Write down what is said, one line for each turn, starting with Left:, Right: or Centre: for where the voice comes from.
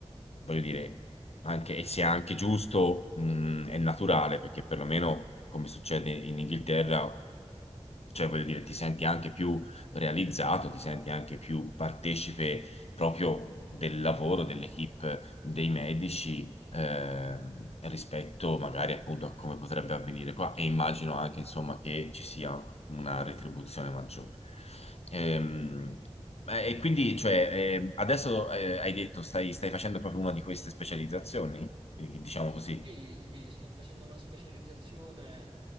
Left: voglio dire anche, e sia anche giusto mh, è naturale perché perlomeno come succede in Inghilterra cioè voglio dire ti senti anche più realizzato ti senti anche più partecipe proprio del lavoro dell'equipe dei medici ehm, rispetto magari appunto a come potrebbe avvenire qua e immagino anche insomma che ci sia una retribuzione maggiore. Ehm, eh, e quindi cioè, eh, adesso eh, hai detto stai, stai facendo proprio una di queste specializzazioni, eh, diciamo così.
Right: Sì, sì, sto facendo una specializzazione